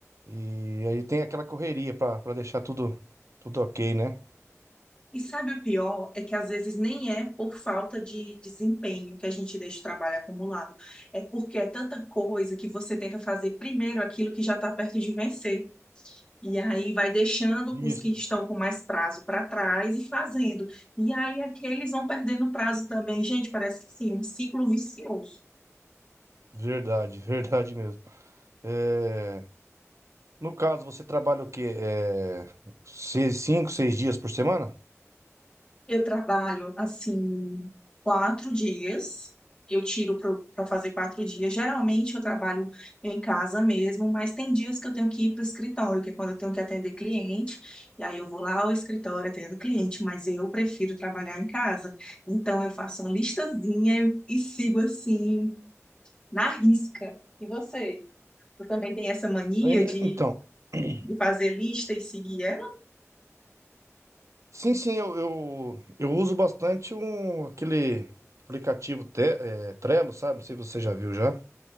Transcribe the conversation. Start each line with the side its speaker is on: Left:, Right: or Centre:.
Right: E aí tem aquela correria pra, pra deixar tudo, tudo ok, né?
Left: E sabe o pior? É que às vezes nem é por falta de desempenho que a gente deixa o trabalho acumulado. É porque é tanta coisa que você tenta fazer primeiro aquilo que já está perto de vencer. E aí vai deixando
Right: Isso.
Left: os que estão com mais prazo para trás e fazendo. E aí aqueles vão perdendo prazo também. Gente, parece assim, um ciclo vicioso.
Right: Verdade, <laughs> verdade mesmo. É. No caso, você trabalha o quê? É, seis- cinco, seis dias por semana?
Left: Eu trabalho assim quatro dias. Eu tiro para fazer quatro dias. Geralmente eu trabalho em casa mesmo, mas tem dias que eu tenho que ir para o escritório, que é quando eu tenho que atender cliente. E aí eu vou lá ao escritório, atendo cliente, mas eu prefiro trabalhar em casa. Então eu faço uma listazinha e sigo assim, na risca. E você? Tu também tem essa mania
Right: Aí,
Left: de,
Right: Então, <clears throat>
Left: de fazer lista e seguir ela?
Right: sim, sim, eu, eu, eu uso bastante um, aquele aplicativo Te- é, Trello, sabe? Não sei se você já viu já.